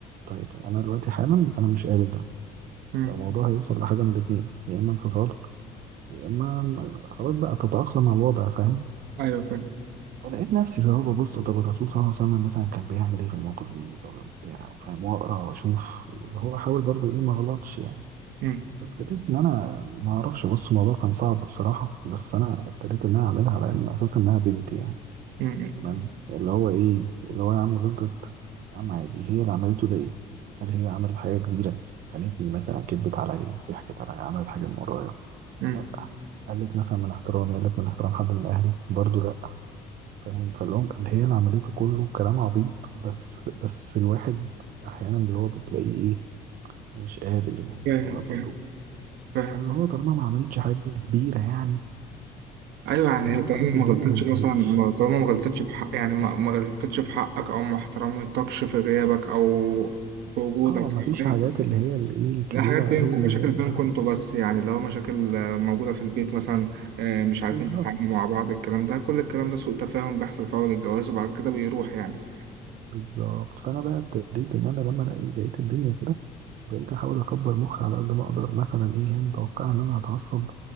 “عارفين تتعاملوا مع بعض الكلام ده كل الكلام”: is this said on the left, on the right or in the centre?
Right